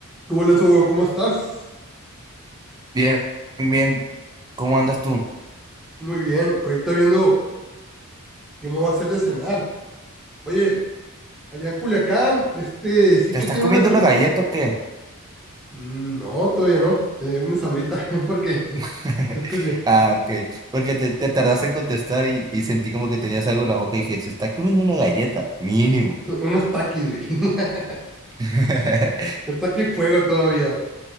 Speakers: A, in the centre; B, on the right.
A: Tú, Alonso, ¿cómo estás?
B: Bien, bien, ¿cómo andas tú?
A: Muy bien. Ahorita viendo qué me va a hacer de cenar. Oye, allá en Culiacán, este, sé
B: ¿Te
A: que
B: estás
A: tiene
B: comiendo
A: unas... tur-
B: una galleta o qué?
A: Mm, No, todavía no. Eh, una sabrita, <laughs> porque,
B: <laughs>
A: escuche,
B: Ah, ok, porque te, te tardaste en contestar y, y sentí como que tenías algo en la boca y dije, ¿se está comiendo una galleta? Mínimo.
A: unos taquis, güey. <laughs>
B: <laughs>
A: El taqui fuego todavía.